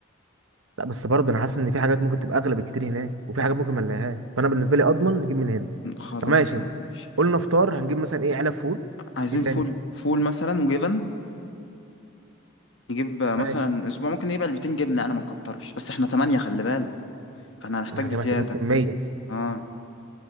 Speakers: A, on the right (about 80°); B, on the left (about 65°).
A: لا بس برضه انا حاسس ان في حاجات ممكن تبقى اغلى بكتير هناك وفي حاجات ممكن ما نلاقيهاش فانا بالنسبه لي اضمن نجيب من هنا
B: خلاص
A: فماشي
B: طب
A: انت
B: ماشي
A: قلنا فطار هنجيب مثلا ايه علب فول
B: عايزين
A: ايه تاني
B: فول فول مثلا وجبن نجيب آه، مثلا
A: ماشي
B: أسبوع ممكن نجيب علبتين جبنة أنا ما نكترش بس احنا تمانية خلي بالك فاحنا هنحتاج
A: احنا
B: بزيادة
A: محتاجين كميه
B: اه